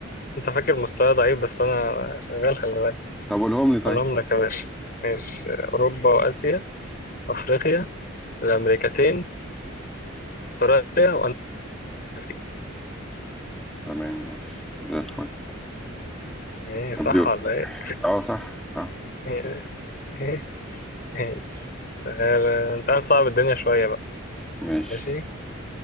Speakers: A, on the left (about 45°); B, in the centre.
A: انت فاكر مستوى ضعيف بس انا شغال خلي بالك
B: طب قولهم لي طيب
A: اقولهم لك يا باشا ماشي اوروبا واسيا افريقيا الامريكتين استراليا وانتاركتيكا
B: تمام ماشي زي الفل
A: ايه
B: طب
A: صح
B: يو-
A: ولا ايه؟
B: اه صح صح
A: ايه ايه ايه تعال- تعال نصعب الدنيا شوية بقى
B: ماشي
A: ماشي